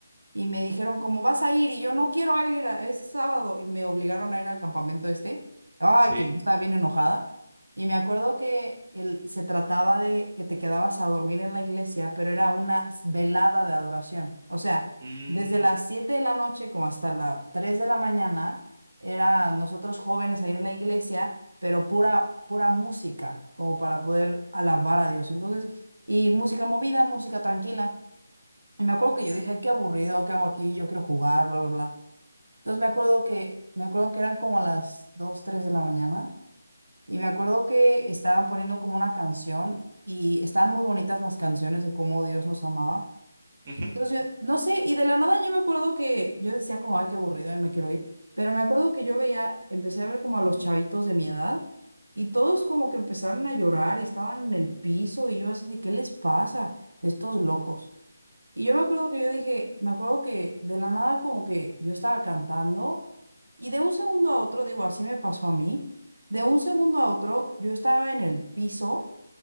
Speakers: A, on the right; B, on the right.
A: y me dijeron, ¿cómo vas a ir? Y yo no quiero ir, a- es sábado. Y me obligaron a ir al campamento este. Ay,
B: sí.
A: que yo estaba bien enojada. Y me acuerdo que el, se trataba de que te quedabas a dormir en la iglesia, pero era una velada de adoración. O sea,
B: Mm,
A: desde las 7 de la noche como hasta las 3 de la mañana, era nosotros jóvenes ahí en la iglesia, pero pura, pura música, como para poder alabar a Dios. Entonces, y música movida, música tranquila. Y me acuerdo que yo dije, "Ay, qué aburrido, ¿qué hago aquí? Yo quiero jugar, bla, bla, bla. Entonces me acuerdo que, me acuerdo que eran como las 2 3 de la mañana y me acuerdo que estaban poniendo como una canción y estaban muy bonitas las canciones de cómo Dios nos amaba.
B: ujú,
A: Entonces yo, no sé, y de la nada yo me acuerdo que yo decía como, ay, qué aburrido, y me quiero ir. Pero me acuerdo que yo veía, empecé a ver como a los chavitos de mi edad y todos como que empezaron a llorar y estaban en el piso y yo así de, ¿qué les pasa? Estos locos. Y yo me acuerdo que yo dije, me acuerdo que de la nada como que yo estaba cantando y de un segundo a otro, digo, así me pasó a mí, de un segundo a otro yo estaba en el piso